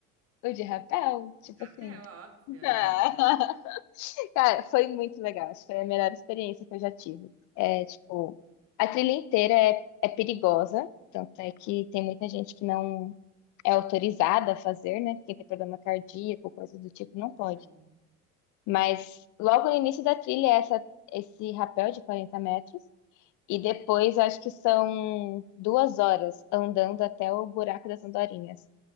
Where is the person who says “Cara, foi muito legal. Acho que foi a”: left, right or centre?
Left